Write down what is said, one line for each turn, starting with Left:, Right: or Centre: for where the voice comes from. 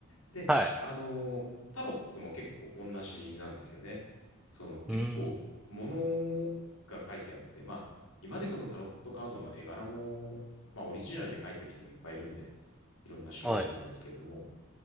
Left: で、
Centre: はい。
Left: あの、タロットも結構同じなんですよね。その結構、
Centre: うーん。
Left: 物が書いてあって、まあ、今でこそタロットカードの絵柄も、まあ、オリジナルで書いてる人もいっぱいいるんで、いろんな種類あるんですけれども、
Centre: はい。